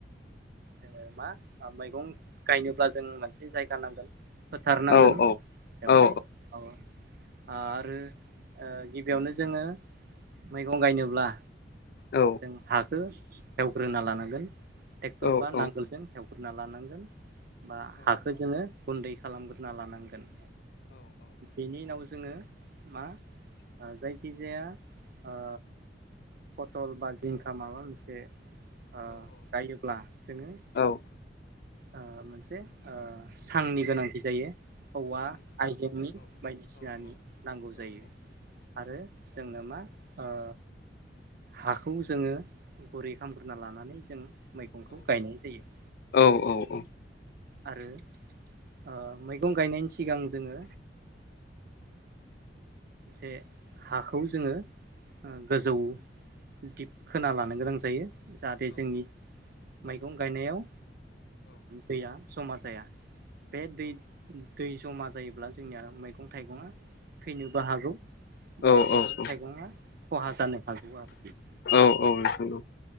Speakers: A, on the right; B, on the left.
A: जोङो मा मैगं गायनोब्ला जों मोनसे जायगा नांगोन फोथार नांगोन
B: औ
A: बेवहाय
B: औ
A: औ आरो ओ गिबियावनो जोङो मैगं गायनोब्ला
B: औ
A: जों हाखौ एवग्रोना लानांगोन ट्रेक्टर
B: औ
A: बा
B: औ
A: नांगोल
B: नोंथां औ
A: जों हेवग्रोना लानांगोन बा हाखौ जोङो गुनदै खालामग्रोना लानांगोन। बेनि उनाव जोङो ओ मा जायखिजाया ओ फटल बा जिंखा माबा मोनसे ओ गायोब्ला जोङो ओ
B: औ ओ
A: ओ मोनसे ओ सांनि गोनांथि जायो। औवा आइजेंनि बादिसिनानि नांगौ जायो। आरो जोंनो मा ओ हाखौ जोङो गुरै खालामग्रोना लानानै जों मैगंखौ गायनाय जायो।
B: औ औ औ।
A: आरो ओ मैगं गायनायनि सिगां जोङो। जे हाखौ जोङो ओ गोजौ दिप खोना लानो गोनां जायो जाहाथे जोंनिआ मैगं गायनायाव दैया जमा जाया बे दैखौ दै जमा जायोब्ला जोंनिया मैगं थाइगङा थैनोबो हागौ। बा
B: औ
A: मैगं
B: औ औ
A: थाइगङा खहा जानो हागौ आरोखिना
B: औ औ नोंथां औ।